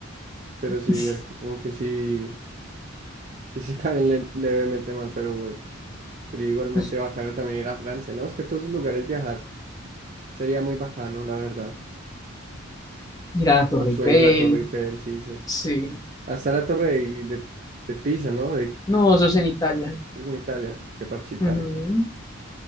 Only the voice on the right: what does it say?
Pero
sí, al- como que sí, sí se <laughs> caen le- levemente mal, pero bueno. Pero igualmente
bacano también ir a Francia, ¿no? Es que a todos esos lugares viajar sería muy bacano, la verdad.
Un sueño
la Torre Eiffel, sí, esas.
Hasta la Torre de, de, de Pisa, ¿no? De,
es en Italia, que parche Italia.